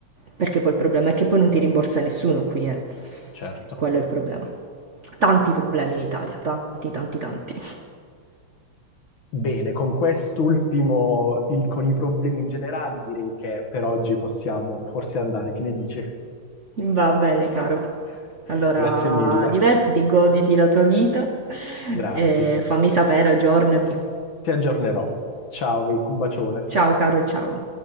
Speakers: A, on the right (about 45°); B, on the left (about 60°).
A: Perché poi il problema è che poi non ti rimborsa nessuno qui, eh.
B: certo.
A: Quello è il problema. Tanti problemi in Italia, tanti, tanti, tanti.
B: Bene, con quest'ultimo, il- con i problemi in generale, direi che per oggi possiamo forse andare. Che ne dici?
A: Va bene, caro.
B: <laughs>
A: Allora,
B: Grazie mille,
A: divertiti, goditi la tua vita
B: grazie.
A: e fammi sapere, aggiornami.
B: Ti aggiornerò. Ciao, Vic, un bacione.
A: Ciao, caro, ciao.